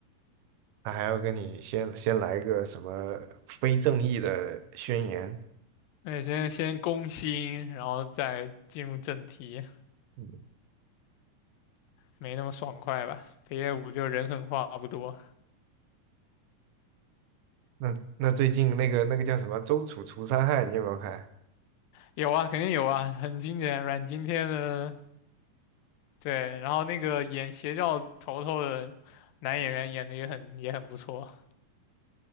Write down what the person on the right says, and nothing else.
他还要跟你先先来个什么非正义的宣言。
嗯，
那那最近那个那个叫什么《周楚除三害》，你有没有看？